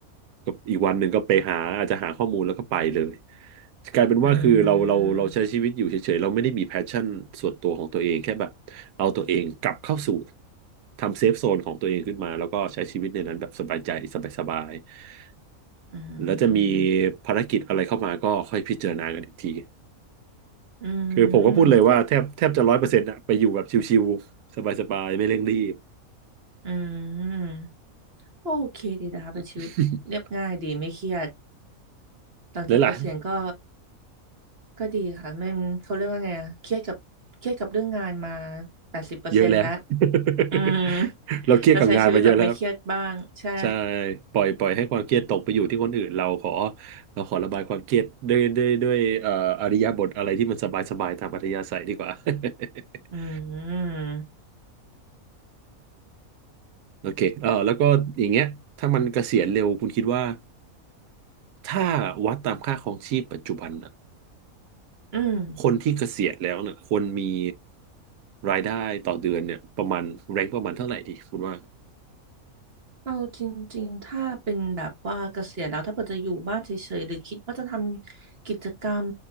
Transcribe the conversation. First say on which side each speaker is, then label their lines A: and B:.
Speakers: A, on the right (about 80°); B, on the right (about 45°).
A: ก็อีกวันหนึ่งก็ไปหาอาจจะหาข้อมูลแล้วก็ไปเลยกลายเป็นว่าคือเราเราเราใช้ชีวิตอยู่เฉยๆเราไม่ได้มีแพชชั่นส่วนตัวของตัวเองแค่แบบเอาตัวเองกลับเข้าสู่
B: อืม
A: ทำเซฟโซนของตัวเองขึ้นมาแล้วก็ใช้ชีวิตในนั้นแบบสบายใจสบายๆ
B: อืม
A: แล้วจะมีภารกิจอะไรเข้ามาก็ค่อยพิจารณากันอีกที
B: อื
A: คือผมก็พูดเลยว่าแทบแทบจะร้อยเปอร์เซ็นต์อะไปอยู่แบบชิวๆสบายๆไม่เร่งรีบ
B: มก็อืมโอเคดีนะคะเป็นชีวิตเรียบง่ายดีไม่เครียด
A: <laughs>
B: หลังจากเกษียณก็
A: แล้วล่ะ
B: ก็ดีค่ะไม่เขาเรียกว่าไงอะเครียดกับเครียดกับเรื่องงานมาแปดสิบเปอร์เซ็นต์แล้ว
A: เยอะแล้ว <laughs>
B: อืม
A: เราเครียดกับงานมาเยอะแล้ว
B: แต่ใช้ชีวิตแบบไม่เครียดบ้างใช่
A: ใช่ปล่อยปล่อยให้ความเครียดตกไปอยู่ที่คนอื่นเราขอเราขอระบายความเครียดด้วยด้วยด้วยเอ่ออริยบทอะไรที่มันสบายสบายตามอัธยาศัยดีกว่า <laughs>
B: อืม
A: โอเคเออแล้วก็อย่างเงี้ยถ้ามันเกษียณเร็วคุณคิดว่าถ้าวัดตามค่าครองชีพปัจจุบันอะ
B: อืม
A: คนที่เกษียณแล้วเนี่ยควรมีรายได้ต่อเดือนเนี่ยประมาณแรงประมาณเท่าไหร่ดีคุณว่า
B: เอาจริงๆ ถ้าเป็นแบบว่าเกษียณแล้วถ้าเกิดจะอยู่บ้านเฉยๆหรือคิดว่าจะทำกิจกรรม